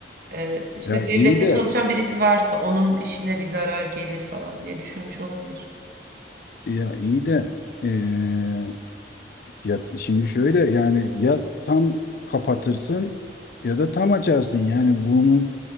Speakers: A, on the right; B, on the left.
A: e, işte
B: Ya
A: devlette
B: iyi de
A: çalışan birisi varsa onun işine bir zarar gelir falan diye düşünmüş olabilir.
B: ya iyi de eee, ya şimdi şöyle yani ya tam kapatırsın ya da tam açarsın. Yani bunun